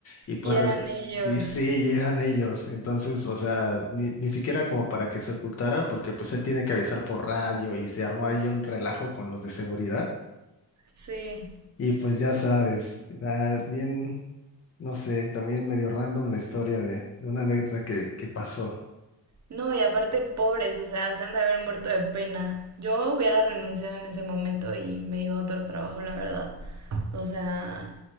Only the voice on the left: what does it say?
Y pues,
res-
y sí, y eran ellos. Entonces, o sea, ni, ni siquiera como para que se ocultara, porque pues él tiene que avisar por radio y se armó ahí un relajo con los de seguridad.
Y pues ya sabes, era bien, no sé, también medio random la historia de, de una anécdota que, que pasó.